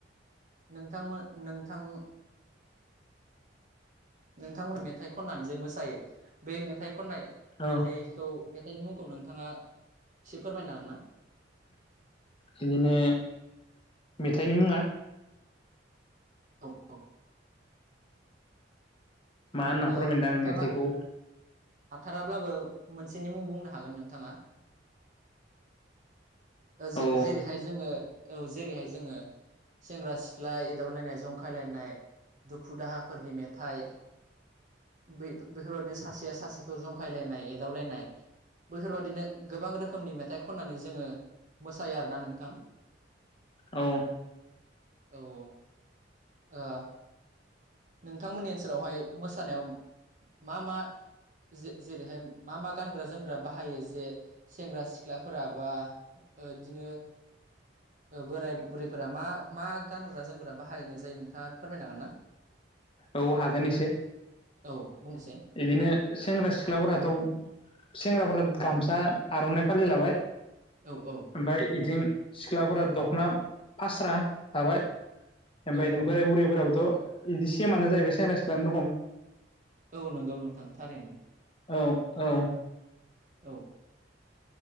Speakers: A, on the right; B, on the left.
A: नोंथांमोन नोंथां नोंथांमोन मेथाइ खननानै जे मोसायो बे मेथाइ खननाय
B: औ
A: मेथाइखौ मेथाइनि मुंखौ नोंथाङा एसे फोरमायनो हागोन ना?
B: बिदिनो मेथाइनि मुङा
A: <unintelligible>
B: मा होनना
A: ओ
B: फोरमायनोदां
A: नोंथाङा
B: आं मेथाइखौ
A: हाथाराब्लाबो मोनसेनि मुं बुंनो हागोन नोंथाङा। जे-जेरैहाय
B: औ
A: जोङो औ जेरैहाय जोङो सेंग्रा सिख्ला एदावलायनाय जं खायलायनाय दुखु दाहाफोरनि मेथाइ बै बेफोरबादिनो सासेया सासेखौ जंखायलायनाय एदावलायनाय बैफोरबादिनो गोबां रोखोमनि मेथाइ खननानै जोङो मोसायो आरोना नोंथां
B: औ
A: औ औ आ नोंथांमोननि ओनसोलावहाय मोसानायाव मा मा जे जेरैहाय मा मा गानग्रा जोमग्रा बाहायो जे सेंग्रा सिख्लाफोरा बा ओ दिनो बोराय बुरैफोरा मा मा गानग्रा जोमग्रा बाहायनाय जायो नोंथाङा फोरमायनो हागोन ना?
B: औ हागोन एसे
A: औ बुंनोसै
B: इदिनो सेंग्रा सिख्लाफोराथ' सेंग्राफोरा
A: औ
B: गामसा आर'नाइ फालि लाबाय
A: औ औ
B: ओमफाय इथिं सिख्लाफोरा दख'ना फास्रा थाबाय ओमफाय
A: औ औ
B: बोराय बुरैफोराबोथ' इदि सेमानो जाहैबाय सेंग्रा सिख्लानि रखम।
A: औ नंगौ नोंथां थारैनो।
B: औ औ
A: औ